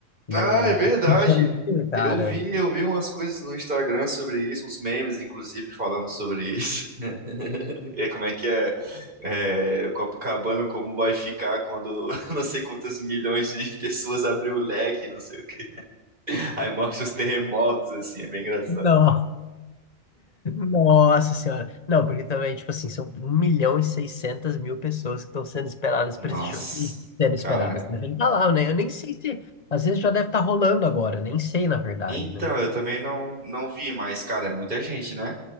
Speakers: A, on the left (about 35°); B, on the right (about 35°).
A: no
B: Ah, é verdade.
A: Rio de Janeiro, cara.
B: Eu vi, eu vi umas coisas no Instagram sobre isso, uns memes, inclusive, falando sobre isso. <laughs> E como é que é, é, Copacabana, como vai ficar quando <laughs> não sei quantas milhões de pessoas abrir o leque, não sei o quê. Aí mostra os terremotos, assim, é bem engraçado.
A: Não, nossa senhora. Não, porque também, tipo assim, são um milhão e seiscentas mil pessoas que estão sendo esperadas
B: Nossa,
A: para esse show. Assim, Sendo esperadas,
B: cara.
A: né? Tem que tá lá, né? Eu nem sei se. Às vezes já deve estar rolando agora, nem sei, na verdade,
B: Então,
A: né?
B: eu também não, não vi, mas, cara, é muita gente, né?